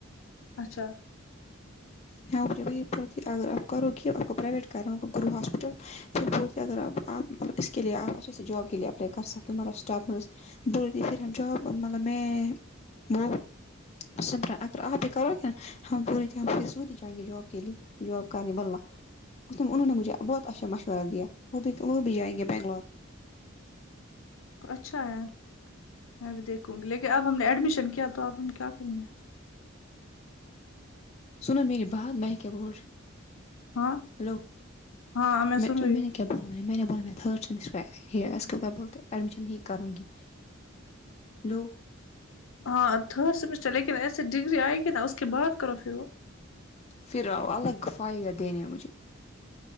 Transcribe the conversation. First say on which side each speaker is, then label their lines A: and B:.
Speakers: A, on the left (about 75°); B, on the left (about 30°).
A: اچھا
B: گر آپ کرو آپ کو پرائیویٹ کر رہاو ہاسپٹل پھر اگر اپ اپ اس کے لیے اچ سے جاب کے لیے اپلائی کر سکتے مطلب اسٹاف بولدی پھر ہم جاب مطلب میں وہ سمبران اگر آپ بھی <unintelligible> کرو کہ ہم پوری طح سوئی جائیں گے جاب کے لیے جاب کرنے والا اس میں انہوں نے مجھے بہت اچھا مشورہ دیا وہ بھی وہ بھی جائے گے بنگلور
A: اچھا ہے میں بھی دیکھوں گی لیکن اب ہم نے ایڈمیشن کیا تو اب ہم کیا کریں گے
B: سنو میری بات میں کیا بول رہی ہوں
A: ہاں
B: ہلو
A: ہاں
B: میں
A: سن رہی
B: میں
A: ہوں
B: نے کیا ب میں نے بولے میں تھرڈ سیمسٹر یہ اس کو بولتے ایڈمیشن ہی کروں گی لو
A: ہاں تھرڈ سمیسٹر لیکن ایسے ڈگری آئے گی نا اس کے بعد کرو پھر وہ
B: پھر آؤ الگ افآیہ دینے مجھے